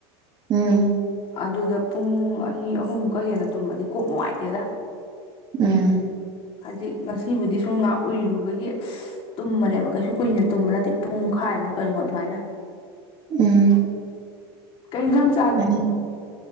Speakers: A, on the right; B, on the left.
A: ꯎꯝ
B: ꯑꯗꯨꯗ ꯄꯨꯡ ꯑꯅꯤ ꯑꯍꯨꯝꯃꯨꯛꯀ ꯍꯦꯟꯅ ꯇꯨꯝꯃꯗꯤ ꯀꯣꯛ ꯅꯨꯡꯉꯥꯏꯇꯦꯗ
A: ꯎꯝ
B: ꯍꯥꯏꯖꯤꯛ ꯉꯁꯤꯕꯨꯗꯤ ꯁꯨꯝ ꯉꯥꯛ ꯎꯨꯏꯔꯨꯕꯒꯤ ꯇꯨꯝꯕꯅꯦꯕ ꯀꯩꯁꯨ ꯀꯨꯏꯅ ꯇꯨꯝꯕ ꯅꯠꯇꯦ ꯄꯨꯡꯈꯥꯏꯃꯨꯛ ꯀꯩꯃꯣꯛ ꯑꯗꯨꯃꯥꯏꯅ
A: ꯎꯝ
B: ꯀꯩ ꯏꯟꯖꯥꯡꯁ
A: <unintelligible>